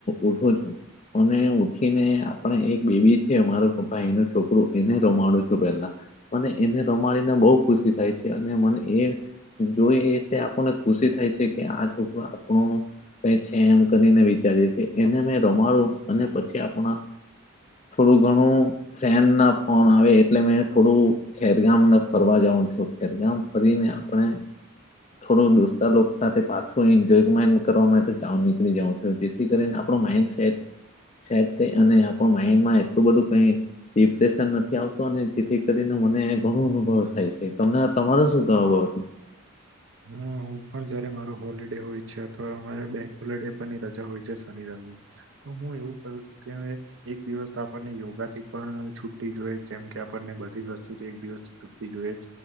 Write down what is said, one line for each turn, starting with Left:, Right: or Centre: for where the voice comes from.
Left: ઉઠું છું. અને ઉઠીને આપણે એક બેબી છે અમારું ભાઈ એનું છોકરું એને રમાડું છું પેલા. અને એને રમાડી બહુ ખુશી થાય છે અને મને એ જોઈ અને આપણને ખુશી થાય છે કે આ છોકરું આપણું કેછે એમ કરીને વિચારીએ છીએ એને મે રમાડું અને પછી આપણા. થોડું ઘણું ફ્રેન્ડ ના ફોન આવે એટલે મે થોડું ખેરગામ ફરવા જાવ. છદામ ફરીને આપણે થોડો દોસ્તા લોકો સાથે પાછો એન્જોયમેન્ટ કરવા માટે નીકળી જાઉં છુ જેથી કરીને આપ માઈન્ડ સેટ આપ માઈન્ડમાં એટલું બધું કઈ ડિપ્રેશન નથી આવતું અને જેથી કરીને મને ઘણો અનુભવ થાય છે તમને તમારો શું ગત
Right: નો ઑડીયો હું પણ જયારે માર હોલિડે હોય છે અથવા અમારે બેંક પણ ની રજા હોય છે શનિરાવી હું એવું કરું છું કે એક દિવસ તો આપણને યોગા થી પણ છુ્ટી જોઈ જેમ આપણને બધી જ વસ્તુથી એક દિવસ છુતી જોઈ જ